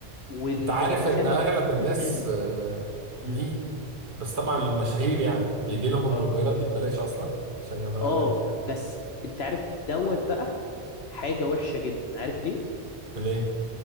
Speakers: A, on the left; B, on the right.
A: والرخامة
B: انت عارف ان اغلب
A: في...
B: الناس
A: <clears throat>
B: آه، دي
A: م-
B: بس طبعا
A: م.
B: المشاهير يعني بيجي لهم الموبايلات
A: اه
B: دي ببلاش اصلا عشان يعملوا
A: اه
B: عليها كده
A: بس انت عارف دوت بقى حاجة وحشة جدا عارف ليه
B: ليه